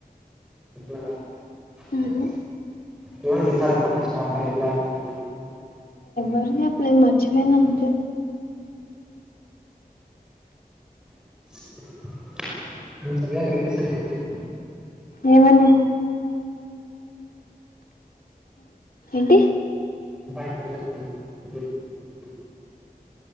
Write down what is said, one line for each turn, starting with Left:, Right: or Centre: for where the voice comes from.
Centre: <inaudible>
Left: ఊహూ
Centre: ఏమని చెపినారు ఇన్ఫర్మేషన్ అబ్బాయి ఎట్లా ఏంది
Left: <unintelligible> మర్చిపోయినా అంతే
Centre: <inaudible>
Left: ఏమని అంటే
Centre: <inaudible>